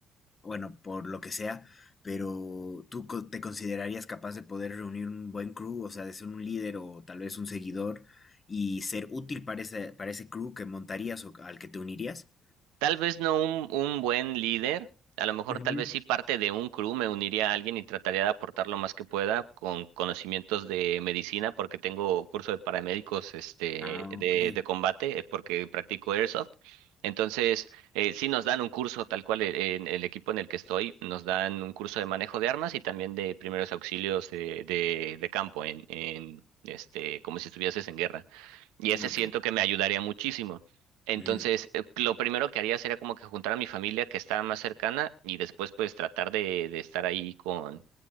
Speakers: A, on the left (about 30°); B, on the right (about 80°).
A: bueno, por lo que sea, pero ¿tú co- te considerarías capaz de poder reunir un buen crew, o sea, de ser un líder o tal vez un seguidor y ser útil para ese, para ese crew que montarías o al que te unirías?
B: Tal vez no un, un buen líder, a lo mejor
A: Ujú.
B: tal vez sí parte de un crew, me uniría a alguien y trataría de aportar lo más que pueda con conocimientos de medicina, porque tengo curso de paramédicos este,
A: Ah,
B: de,
A: ok.
B: de combate, eh, porque practico airsoft. Entonces, eh, sí nos dan un curso, tal cual eh, en el equipo en el que estoy, nos dan un curso de manejo de armas y también de primeros auxilios de, de, de campo, en, en, este, como si estuvieses en guerra. Y
A: Mm,
B: ese siento
A: Ok.
B: que me ayudaría muchísimo. Entonces,
A: Ujú,
B: eh, lo primero que haría sería como que juntar a mi familia que está más cercana y después pues tratar de, de estar ahí con,